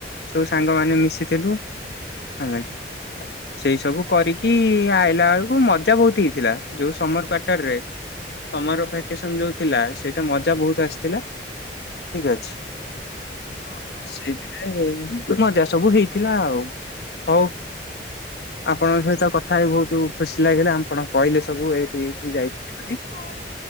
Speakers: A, on the left; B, on the left.
A: ସବୁ ସାଙ୍ଗମାନେ ମିଶିଥିଲୁ। ହେଲା କି। ସେଇ ସବୁ କରିକି ଆଇଲା ବେଳକୁ ମଜା ବହୁତ ହେଇଥିଲା ଯୋଉ ସମର କ୍ଵାର୍ଟର ରେ। ସମର ଭ୍ୟାକେସନ ଯୋଉ ଥିଲା ସେଇଟା ମଜା ବହୁତ ଆସିଥିଲା। ଠିକ ଅଛି
B: ହଁ ହଁ
A: ସେଇଥିରେ ଉଁ ମଜା ସବୁ ହେଇଥିଲା ଆଉ। ହଉ। ଆପଣଙ୍କ ସହିତ କଥା ହେଇ ବହୁତ ଖୁସି ଲାଗିଲା ଆପଣ କହିଲେ ସବୁ ଏଇଠି ଯାଇପାରିବ
B: ହଁ।